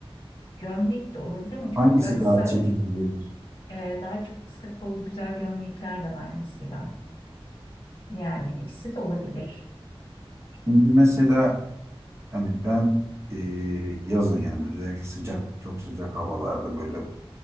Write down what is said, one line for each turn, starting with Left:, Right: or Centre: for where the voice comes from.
Left: gömlek de olabilir ama çok
Right: Hangisi
Left: güzel kısa
Right: daha çekici gelir?
Left: e, e, daha çok kısa kollu güzel gömlekler de var mesela. Yani ikisi de olabilir.
Right: Şimdi mesela hani ben e, yazın yani özellikle sıcak çok sıcak havalarda böyle